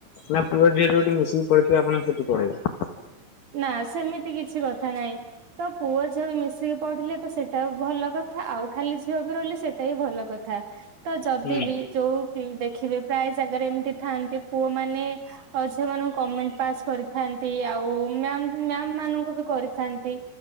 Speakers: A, on the left (about 70°); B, on the right (about 55°).
A: ନା ପୁଅ ଝିଅ ଯୋଉଠି ମିଶିକି ପଢିଇଥିବେ ଆପଣ ସେଠି ପଢେଇବେ
B: ନାଁ ସେମିତି କିଛି କଥା ନାଇଁ ତ ପୁଅ ଝିଅ ବି ମିଶିକି ପଢିଲେ ତ ସେଇଟା ଭଲ କଥା ଆଉ ଖାଲି ଝିଅ ବି ରହିଲେ ସେଇଟା ବି ଭଲ କଥା। ଥା ତ ଯଦି
A: ହୁଁ
B: ବି ଯୋଉ ଦେଖିବେ ପ୍ରାୟ ଜାଗାରେ ଏମିତି ଥାଆନ୍ତି ପୁଅମାନେ ଅ ଝିଅମାନଙ୍କୁ କମେଣ୍ଟ ପାସ୍ କରିଥାନ୍ତି ଆଉ ମ୍ୟାମ୍ ମ୍ୟାମ୍ ମାନଙ୍କୁ ବି କରିଥାନ୍ତି